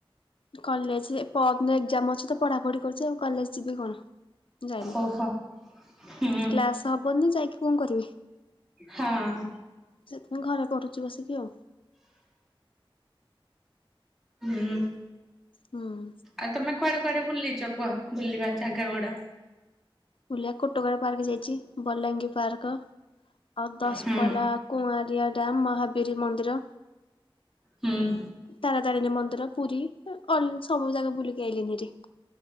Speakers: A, on the left; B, in the centre.
A: କଲେଜ ପଅରିଦିନ ଏକ୍ଜାମ ଅଛି ତ, ପଢା ପଢି କରୁଛି ଆଉ କଲେଜ ଯିବି କଣ ଯାଇନି,
B: ଓହୋ ହୁଁ
A: କ୍ଲାସ ହବନି ଯାଇକି କଣ କରିବି?
B: ହଁ ଅ
A: ସେଥିପାଇଁ ଘରେ ପଢୁଛି ବସିକି ଆଉ।
B: ହୁଁ ଉ
A: ହୁଁ ଉ
B: ଆଉ ତମେ କୁଆଡେ କୁଆଡେ ବୁଲିଛ କୁହ? ବୁଲିବା ଜାଗା ଗୁଡା।
A: ଓଲଆ କୋଟକର ପାର୍କ ଯାଇଛି, ବଲାଙ୍ଗୀ ପାର୍କ ଆଉ ଦଶପଲା
B: ହୁଁ
A: କୁଆଁରିଆ ଡ୍ୟାମ୍, ମହାବୀରୀ ମନ୍ଦିର।
B: ହୁଁ ଉ
A: ତାରା ତାରିଣୀ ମନ୍ଦିର, ପୁରୀ ସବୁ ଜାଗା ବୁଲିକି ଆଇଲଣିିରେ